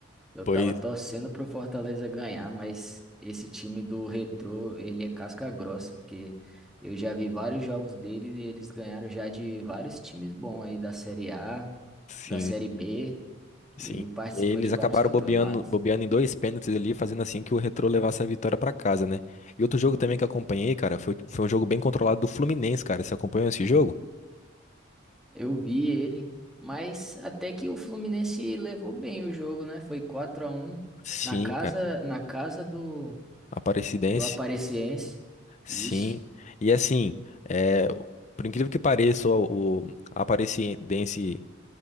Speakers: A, in the centre; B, on the left.
A: Eu
B: pois
A: tava torcendo pro Fortaleza ganhar, mas esse time do Retrô, ele é casca grossa, porque eu já vi vários jogos dele e eles ganharam já de vários times bons aí da Série A,
B: sim,
A: da Série B, que
B: sim.
A: participa
B: Eles
A: de vários
B: acabaram
A: campeonatos.
B: bobeando, bobeando em dois pênaltis ali, fazendo assim que o Retrô levasse a vitória pra casa, né? E outro jogo também que eu acompanhei, cara, foi, foi um jogo bem controlado do Fluminense, cara. Você acompanhou esse jogo?
A: Eu vi ele, mas até que o Fluminense levou bem o jogo, né? Foi 4 a um
B: Sim,
A: na casa,
B: cara.
A: na casa do
B: Aparecidense.
A: do Aparecidense.
B: Sim,
A: Isso.
B: e assim, é, por incrível que pareça, o, o Aparecidense